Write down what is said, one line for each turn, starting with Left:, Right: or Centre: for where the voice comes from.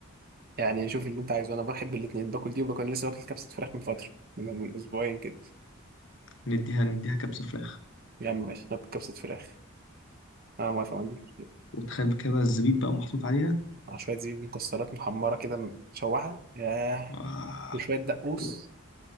Right: يعني شوف اللي انت عايزه انا بحب الاثنين باكل دي وبكون لسه واكل كبسه فراخ من فتره من من اسبوعين كده
Left: نديها نديها كبسة فراخ
Right: يعني ماشي ناكل كبسه فراخ انا موافق ما عنديش مشكله
Left: وتخيل كده بقى الزبيب بقى محطوط عليها
Right: مع شويه زبيب مكسرات محمره كده مشوحه ياه
Left: آه.
Right: وشويه دقوس
Left: لا